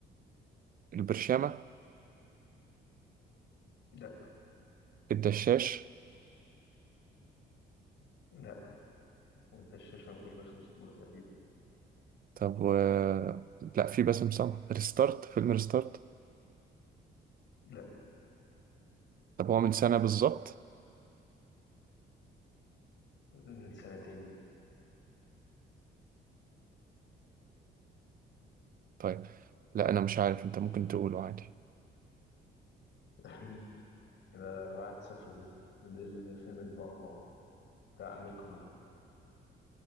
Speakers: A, on the right; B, on the left.
A: البرشامة
B: لا
A: الدشاش
B: لا والدشاش ما فيهوش باسم سمرة تقريبا
A: طب و... لا في باسم سمرة ريستارت فيلم ريستارت
B: لا
A: طب هو من سنة بالظبط
B: من سنتين
A: طيب لا انا مش عارف انت ممكن تقوله عادي
B: <laughs> كده واحد صفر ليه ده الفيلم البعبع بتاع أمير قرار